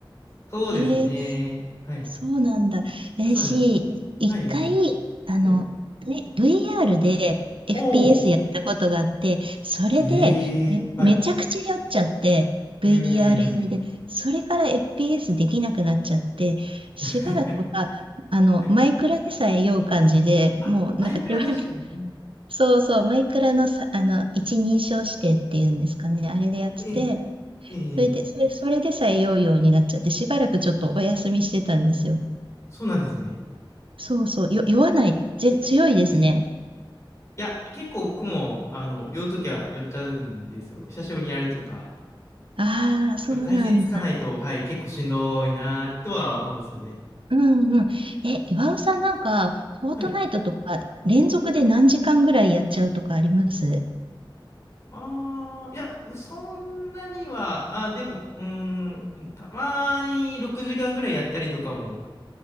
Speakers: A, on the left; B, on the right.
A: そうですね。
B: えー、
A: はい。
B: そうなんだ。えー、
A: そうなんです。
B: し、一回、
A: はい。はい。
B: あの、
A: はい
B: ね、VR で FPS
A: おお。
B: やったことがあって、それでめ、
A: ええはい。
B: めちゃくちゃ酔っちゃって、VR
A: うんうんうん。
B: 酔いで、それから FPS できなくなっちゃって、
A: <laughs>
B: しばらくは、あの、
A: はい。
B: マイクラでさえ酔う感じで、
A: あ、
B: もうなんかしばらく
A: マイクラ確かにな。
B: そうそう、マイクラのさ、あの、一人称指定っていうんですかね、あれでやってて、
A: ええ、ええ、
B: それで、それ、それでさえ酔うようになっちゃって、しばらくちょっとお休みしてたんですよ。
A: そうなんですね。
B: そうそう、よ、酔わない、ぜ、強いですね。
A: いや、結構僕も、あの、酔うときは酔っちゃうんですよ。久しぶりにやるとか。
B: ああ、そうなんだ。
A: やっぱ体勢つかないと、はい、結構しんどいなとは思うんですよね。
B: うんうん。え、岩尾さんなんか、フォートナイトとか、
A: はい
B: 連続で何時間ぐらいやっちゃうとかあります
A: ああ、いや、そんなには、あー、でも、うーん、たまに6時間ぐらいやったりとかも